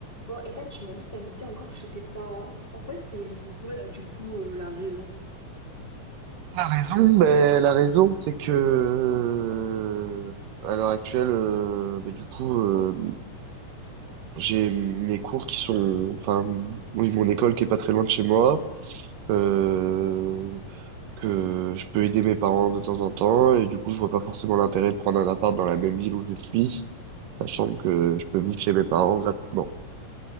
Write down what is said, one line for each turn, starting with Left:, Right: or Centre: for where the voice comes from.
Left: Bon, Ethan, tu m'as dit que t'habitais encore chez tes parents. En fait, c'est c'est quoi là, du coup, euh, la raison?
Right: La raison, ben, la raison, c'est que euh, à l'heure actuelle, euh, ben, du coup, euh, j'ai mes cours qui sont, enfin, oui, mon école qui est pas très loin de chez moi, euh, que je peux aider mes parents de temps en temps, et du coup, je vois pas forcément l'intérêt de prendre un appart dans la même ville où je suis, sachant que je peux vivre chez mes parents gratuitement.